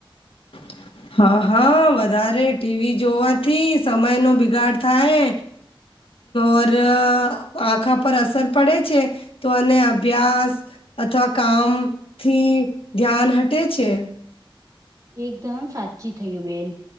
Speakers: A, on the left; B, on the right.
A: <inaudible> હા હા વધારે ટીવી જોવાથી સમયનો બિગાડ થાય ઓર આખા પર અસર પડે છે. તો અનેને અભ્યાસ અથવા કામ થી ધ્યાન હટે છે.
B: એકદમ સાચી થયું બેન